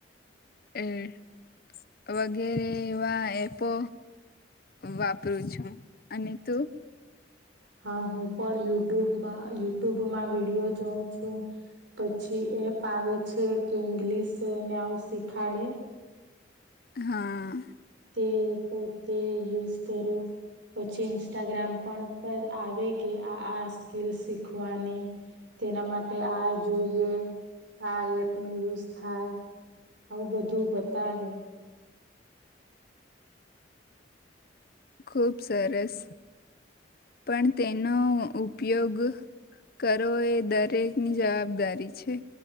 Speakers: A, on the left; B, on the right.
A: હમ <unintelligible> વગેરે એવા એપો વાપરું છું. અને તું.
B: હ <inaudible> હા હું પણ યુટ્યુબમાં યુટ્યુબમાં વિડીિયો જોઉ છું. પછી એપ. આવેે છે. કે ઇંગ્લિશ ને આવું શીખવાડે
A: હા
B: તે એપ તે યુઝ કર્યો પછી ઇન્સ્ટાગ્રામ પણ પર આવે કે આ આ સ્કીલ શીખવાની. તેના માટે આ જોઈએ આ એપ ન યુઝ થાય. આવું બધું બતાવે.
A: ખુબ સરસ. પણ તેનો ઉપયોગ કરો એ દરેકની જવાબદારી છે.